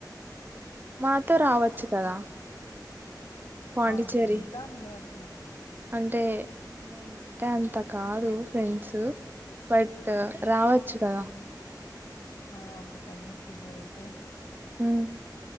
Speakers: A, on the right; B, on the left.
A: మాతో రావచ్చు కదా పాండిచ్చేరి
B: ఆ చూద్దాంలే అప్పుడు
A: అంటే మేమంటే అంత కాదు. ఫ్రెండ్సు బట్టు రావచ్చు కదా
B: ఆ అప్పుడకన్నీ కుద్దిరితే
A: ఉహ్